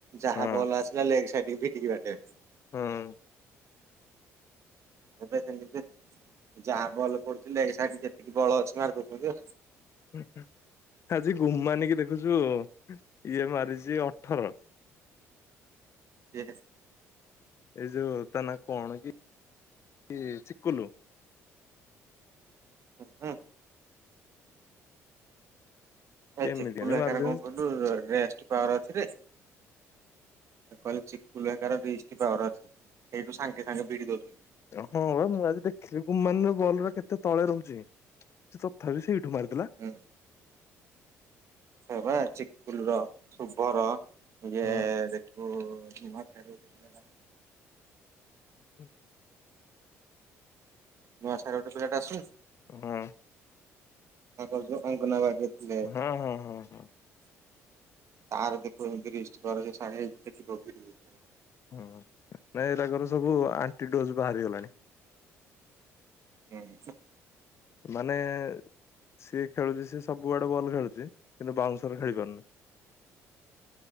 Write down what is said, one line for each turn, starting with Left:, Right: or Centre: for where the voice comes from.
Right: ଯାହା
Left: ହଁ
Right: ବଲ ଆସିଲା ଲେଗ ସାଇଡ ଭିଡିକି ବାଡେଇବ।
Left: ହୁଁ।
Right: ଏବେ ଯେମିତି ଯାହା ବଲ୍‌ ପଡୁଥିଲ ଏ ସାଇଡ୍‌ ଯେତିକି ବଳ ଅଛି ମାରଦେଉଛନ୍ତି।
Left: ହୁଁ ହୁଁ। ଆଜି ଗୁମାନୀ କି ଦେଖୁଛୁ ଇଏ ମାରିଛି ଅଠର। <inaudible>
Right: <unintelligible>
Left: ଏଇ ଯୋଉ ତା ନା କଣ କି ଏ ଚିକୁଲୁ।
Right: ହୁ ହୁଁ। ଏ
Left: କେମିତି
Right: ଚିକୁଲ
Left: ଆଣି
Right: ହେକାର
Left: ମାରୁଛନ୍ତି?
Right: କଣ କହିଲୁ ରେଷ୍ଟ ପାୱାର ଅଛିରେ। କହିଲି ଚିକୁଲ ହେକାର ରିଷ୍ଟ ପାୱର ଅଛି ସେଇଠୁ ସାଙ୍ଗେ ସାଙ୍ଗେ ବିଡି ଦଉଛନ୍ତି।
Left: ହଁ ମୁଁ ଆଜି ଦେଖିଲି ଗୁମାନୀର ବଲର କେତେ ତଳେ ରହୁଛି ତଥାପି ସେଇଠୁ। ମାରିଦେଲା।
Right: ହୁଁ ସେ ବା ଚିକୁଲ ର ଶୁଭର ଇଏ
Left: ହୁଁ
Right: ଦେଖିବୁ। ମା ଫେର ତ <unintelligible>
Left: ହୁ।
Right: ନୂଆ ସାହିରଟେ ପିଲାଟେ ଆସୁନି।
Left: ହୁଁ।
Right: ତାଙ୍କର ଯୋ ଅଙ୍ଗନ ଭାଗିଥିଲେ।
Left: ହଁ
Right: ତାର
Left: ହଁ ହଁ
Right: ଦେଖିବୁ ଏମତି ରିଷ୍ଟ କରାଯାଇ ସାଡ଼େ ଦେଖି ପାରୁଥିବେ।
Left: ହଁ ନାଇଁ ଏଗୁରାଜର ସବୁ ଆଣ୍ଟି ତୋଜ୍‌ ବାହାରିଗଲାଣି।
Right: ହଁ।
Left: ମାନେ ଏ। ସିଏ ଖେଳୁଛି ସିଏ ସବୁଆଡେ ବଲ୍ ଖେଳୁଛି କିନ୍ତୁ ବାଉନସର ଖେଳି ପାରୁନି।